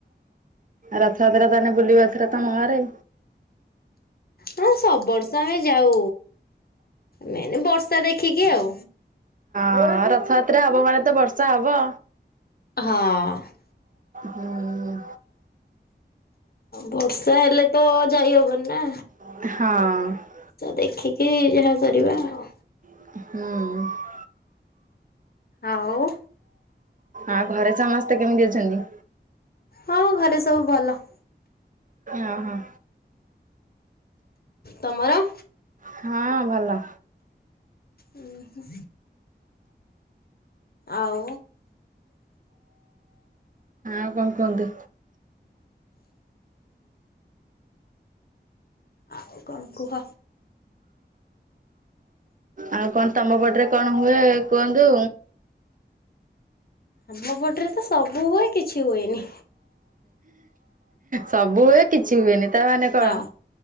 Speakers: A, on the right; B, on the left.
A: ରଥଯାତ୍ରା ତାହାନେ ବୁଲିବ ଏଥର ତମ ଗାଁରେ।
B: ହଁ ସବୁ ବର୍ଷ ଆମେ ଯାଉ ମେନ ବର୍ଷା ଦେଖିକି ଆଉ।
A: ହଁଉ ରଥଯାତ୍ରା ହବ ମାନେ ତ ବର୍ଷା ହବ।
B: ହଁ।
A: ହୁଁ।
B: ବର୍ଷା ହେଲେ ତ ଯାଇହବନି ନା।
A: ହଁ।
B: ଦେଖିକି ଯାହା କରିବା ଆଉ।
A: ହୁଁ।
B: ଆଉ।
A: ଆଉ ଘରେ ସମସ୍ତେ କେମିତି ଅଛନ୍ତି?
B: ହଁ ଘରେ ସବୁ ଭଲ।
A: ଆଁ ହଁ।
B: ତମର?
A: ହଁ ଭଲ।
B: ଓହୋ। ଆଉ।
A: ଆଉ କଣ କୁହନ୍ତୁ?
B: ଆଉ କଣ କୁହ?
A: ଆଉ କଣ ତମ ପଟରେ କଣ ହୁଏ କୁହନ୍ତୁ।
B: ଆମ ପଟରେ ତ ସବୁ ହୁଏ କିଛି ହୁଏନି।
A: ସବୁ ହୁଏ କିଛି ହୁଏନି ତା ମାନେ କଣ?
B: ହଁ